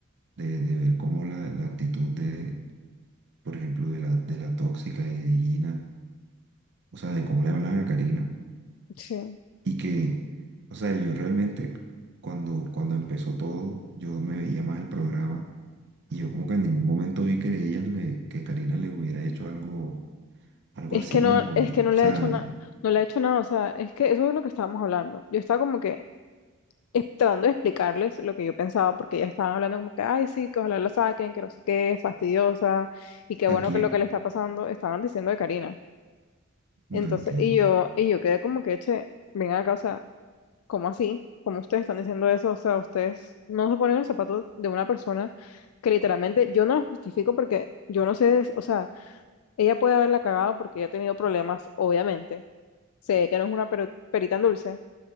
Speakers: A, on the right; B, on the left.
A: de, de ver cómo la, la actitud de, por ejemplo, de la, de la tóxica y de Gina, o sea, de cómo le hablan a Karina
B: Sí.
A: Y que, o sea, yo realmente cuando, cuando empezó todo, yo me veía más el programa y yo como que en ningún momento vi que de ellas le, que Karina le hubiera hecho algo, algo
B: Es
A: así
B: que no,
A: como, pa-
B: es que no
A: o sea,
B: le he hecho nada, no le he hecho nada, o sea, es que eso es lo que estábamos hablando. Yo estaba como que es- tratando de explicarles lo que yo pensaba, porque ya estaban hablando como que, ay, sí, que ojalá la saquen, que no sé qué, fastidiosa, y qué
A: ¿a
B: bueno
A: quién?
B: que lo que le está pasando, estaban diciendo de Karina. Entonces,
A: No entiendo.
B: y yo, y yo quedé como que, che, vengan acá, o sea, ¿cómo así? ¿Cómo ustedes están diciendo eso? O sea, ustedes no se ponen en los zapatos de una persona que literalmente yo no la justifico porque yo no sé, o sea, ella puede haberla cagado porque ella ha tenido problemas, obviamente. Sé que no es una pero- perita en dulce,